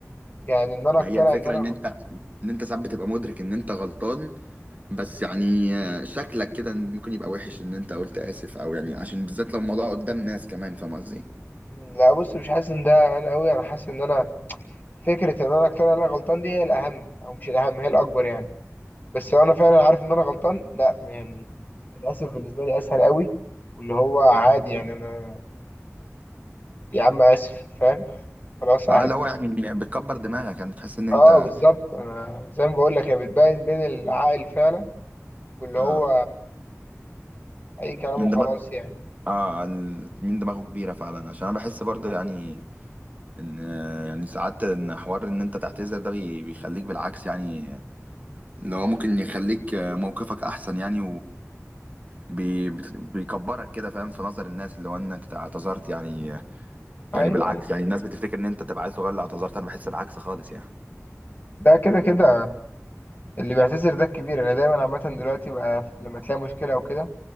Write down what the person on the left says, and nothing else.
يعني ان انا
اقتنع
ان انا
غلطان.
لا بص مش حاسس ان ده انا قوي انا حاسس ان انا فكرة ان انا اقتنع ان انا غلطان دي هي الاهم او مش الاهم هي الاكبر يعني بس لو انا فعلا عارف ان انا غلطان لا يعني للاسف بالنسبة لي اسهل قوي واللي هو عادي يعني انا يا عم اسف فاهم خلاص عادي
اه بالظبط انا زي ما بقول لك هي بتبين بين العاقل فعلا واللي هو
اي كلام
وخلاص
يعني
ايوه
أيوة.
ده كده كده اللي بيعتذر ده الكبير انا دايما عامة دلوقتي بقى لما تلاقي مشكلة او كده